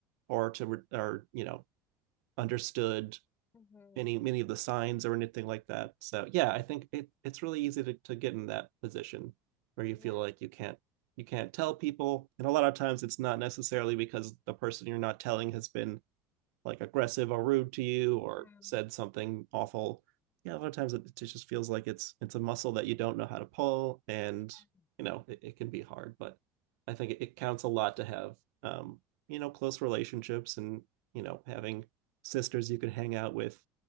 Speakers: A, on the right; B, on the left.
A: or to or you know understood
B: mhm,
A: any many of the signs or anything like that. So yeah, I think it it's really easy to, to get in that position where you
B: yeah.
A: feel like you can't you can't tell people, and a lot of times it's not necessarily because the person you're not telling has been like aggressive or rude to you
B: Mhm.
A: or said something awful yeah a lot of times it, it just feels like it's it's a muscle that you don't know how to pull and
B: Yeah.
A: you know it, it can be hard but i think it, it counts a lot to have um you know close relationships and you know having sisters you could hang out with